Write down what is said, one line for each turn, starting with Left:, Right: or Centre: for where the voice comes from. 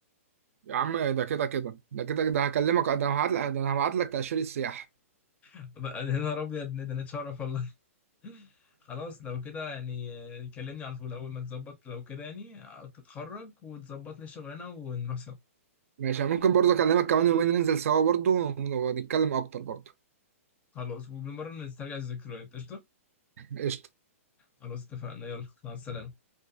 Right: يا عم ده كده كده ده كده ده هكلمك ده هبعت لك ده انا هبعت لك تأشيرة سياحة
Left: بقى يا نهار ابيض ده نتشرف والله <laughs> خلاص لو كده يعني آه، كلمني على طول اول ما تظبط لو كده يعني آه، تتخرج وتظبط لي الشغلانه ونروح سوا
Right: ماشي ممكن برضه اكلمك كمان يومين ننزل سوا برضه ونتكلم اكتر برضه
Left: خلاص وبالمره نسترجع الذكريات قشطه
Right: قشطة
Left: خلاص اتفقنا يلا مع السلامه